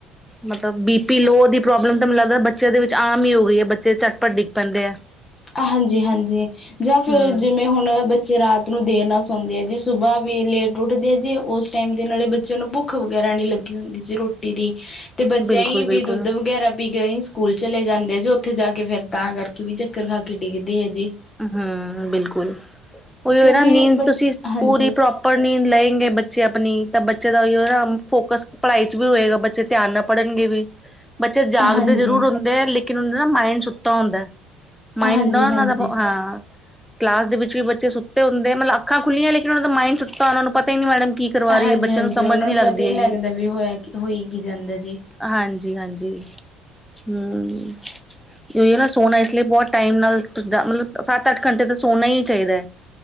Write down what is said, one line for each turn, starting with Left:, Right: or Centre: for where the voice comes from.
Centre: ਮਤਲਬ ਬੀਪੀ ਲੋ ਦੀ ਪ੍ਰੋਬਲਮ ਤਾਂ, ਮੈਨੂੰ ਲੱਗਦਾ ਬੱਚਿਆਂ ਦੇ ਵਿਚ, ਆਮ ਹੀ ਹੋ ਗਈ ਹੈ। ਬੱਚੇ ਝਟਪੱਟ ਡਿਗ ਪੈਂਦੇ ਆ।
Left: ਹਾਂਜੀ- ਹਾਂਜੀ, ਜਾਂ ਫਿਰ
Centre: ਹਮ
Left: ਜਿਵੇ ਹੁਣ ਬੱਚੇ ਰਾਤ ਰਾਤ ਨੂੰ ਦੇਰ ਨਾਲ ਸੋੱਦੇ ਆ ਜੇ, ਸੁਬਾਹ ਵੀ ਲੇਟ ਉਠਦੇ ਆ, ਜੇ ਉਸ ਟਾਈਮ ਦੇ ਨਾਲੇ ਬੱਚਿਆਂ ਨੂੰ ਭੁੱਖ ਵਗੈਰਾ ਨਹੀ ਲਗਦੀ। ਕੀ ਹੁੰਦੀ ਸੀ, ਰੋਟੀ ਦੀ। ਤੇ ਬੱਚਿਆਂ
Centre: ਬਿਲਕੁਲ
Left: ਹੀ
Centre: ਬਿਲਕੁਲ
Left: ਵੀ ਦੁੱਧ ਵਗੈਰਾ ਪੀਕੇ ਹੀ ਸਕੂਲ ਚਲੇ ਜਾਦੇ ਜੇ, ਉਥੇ ਜਾਕੇ ਫਿਰ ਤਾਂ ਕਰਕੇ ਵੀ ਕਰ ਖਾਕੇ ਡਿਗਦੇ ਆਜੀ।
Centre: ਹੂੰਬਿਲਕੁਲ ਉਹੀ
Left: ਕਿਉਂਕਿ
Centre: ਹੋਏ ਨਾ, ਨੀਂਦ
Left: ਬ
Centre: ਤੁਸੀ
Left: ਹਾਂਜੀ
Centre: ਪੂਰੀ ਪ੍ਰੋਪਰ ਨੀਦ ਲਏ ਬੱਚੇ ਆਪਣੀ ਤਾਂ, ਬੱਚੇ ਦਾ ਉਹ ਨਾ ਫੋਕਸ ਪੜ੍ਹਾਈ'ਚ' ਵੀ ਹੋਏਗਾ, ਬੱਚੇ ਧਿਆਨ ਨਾ ਪੜ੍ਹਨਗੇ ਵੀ ਬੱਚੇ ਜਾਗਦੇ
Left: ਹਾਂਜੀ
Centre: ਜਰੂਰ ਹੁੰਦੇ, ਲੇਕਿਨ ਮਾਇੰਡ ਸੁੱਤਾ ਹੁੰਦਾ। ਮਾਇੰਡ
Left: ਹਾਂਜੀ-
Centre: ਨਾ ਉਹਨਾਂ
Left: ਹਾਂਜੀ।
Centre: ਦਾ ਹਾਂ ਕਲਾਸ ਦੇ ਵਿਚ ਵੀ ਬੱਚੇ ਸੁਤੇ ਹੁੰਦੇ ਆ, ਮਤਲਬ। ਅੱਖਾਂ ਖੁੱਲੀਆਂ ਲੇਕਿਨ ਉਹਨਾਂ ਦਾ ਮਾਇੰਡ ਸੁਤਾ ਉਹਨਾ ਨੂੰ ਪਤਾ ਹੀ, ਨੀ ਮੈਡਮ ਕੀ ਕਰਵਾ ਰਹੀ
Left: ਹਾਂਜੀ
Centre: ਹੈ। ਬੱਚਿਆਂ
Left: ਹਾਂਜੀ
Centre: ਨੂੰ ਸਮਝ
Left: ਉਹਨਾਂ
Centre: ਨੀ ਲਗਦੀ
Left: ਪਤਾ ਹੀ
Centre: ਹੇਗੀ
Left: ਨਹੀਂ ਲੱਗਦਾ ਵੀ ਹੋਇਆ ਹੋਈ ਕੀ ਜਾਂਦਾ ਜੀ
Centre: ਹਾਂਜੀ ਜੀ, ਹਾਂਜੀ ਹੂੰ, ਉਹੀ ਹੈ, ਨਾ ਸੋਨਾ ਇਸ ਲਈ ਬਹੁਤ ਟਾਈਮ ਨਾਲ ਜਾਂ ਮਤਲਬ ਸੱਤਅੱਠ ਘੰਟੇ ਤਾਂ ਸੋਨਾ ਹੀ ਚਾਹੀਦਾ ਹੈ।